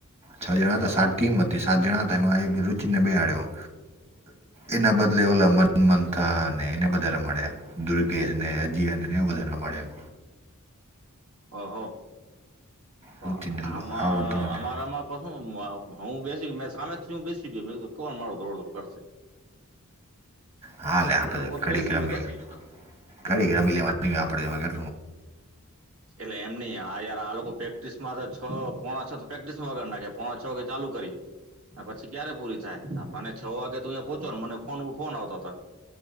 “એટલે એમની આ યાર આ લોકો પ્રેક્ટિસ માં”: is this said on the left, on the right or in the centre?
Right